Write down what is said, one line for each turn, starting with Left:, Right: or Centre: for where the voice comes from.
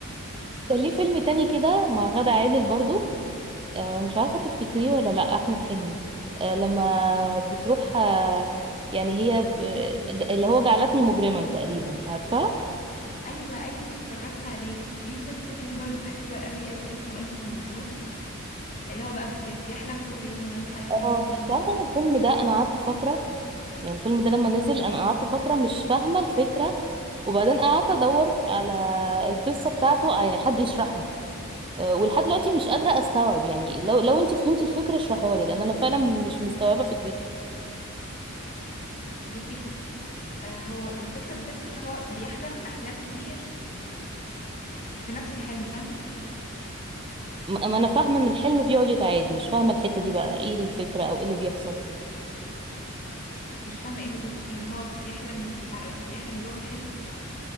Left: صح كده
Right: كان ليه فيلم تاني كده مع غادة عادل برضو آه مش عارفه تفتكريه ولا لا احمد حلمي آه لما بتروح آه يعني هي ب- آه ج- اللي هو جعلتني مجرما تقريبا عارفه
Left: ايوه ايوه اتفرجت عليه ليه فيلم تاني برضو حلو قوي قوي اسمه الف مبروك اللي هو بقى بيحلم كل يوم ويصحى يحلم
Right: اه
Left: كل يوم
Right: انت عارفه ان الفيلم ده انا قعدت فتره يعني الفيلم ده لما نزل انا قعدت فتره مش فاهمه الفكره وبعدين قعدت ادور على القصه بتاعته يعني حد يشرح لي. آه، ولحد دلوقتي مش قادرة استوعب يعني لو لو انت فهمتي الفكرة اشرحيها لي لان انا فعلا مش مستوعبة فكرته
Left: بصي يا ستي آه هو الفكرة بس ان هو بيحلم احلام كتير في نفس الحلم فاهمة
Right: م- اما انا فاهمة ان الحلم بيقعد يتعاد مش فاهمة الحتة دي بقى ايه الفكرة او ايه اللي بيحصل
Left: مش فاهمة ايه بالظبط فيه ان هو بيحلم في الأ... بيحلم جوه الحلم